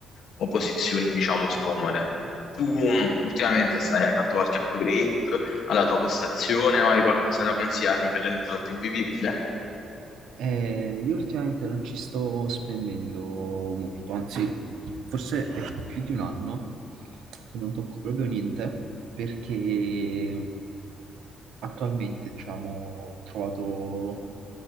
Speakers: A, on the left (about 70°); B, on the right (about 80°).
A: o posizioni, diciamo, scomode. Tu mh, ultimamente stai, hai fatto qualche upgrade alla tua postazione o hai qualcosa da consigliarmi per renderla più vivibile?
B: Eh, io ultimamente non ci sto spendendo molto, anzi, forse è più di un anno che non tocco proprio niente perché attualmente, diciamo, ho trovato